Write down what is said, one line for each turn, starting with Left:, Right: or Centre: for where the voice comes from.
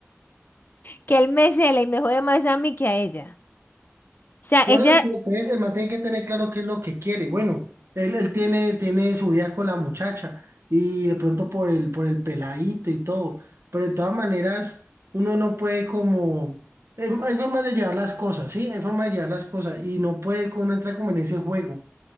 Left: que él me cela y me jode más a mí que a ella. O sea,
Right: Por
Left: ella,
Right: eso, pues, entonces, el man tiene que tener claro qué es lo que quiere. Bueno, él, él tiene, tiene su vida con la muchacha y de pronto por el, por el peladito y todo, pero de todas maneras, uno no puede como... eh, Hay formas de llevar las cosas, ¿sí? Hay formas de llevar las cosas y no puede como uno entrar como en ese juego.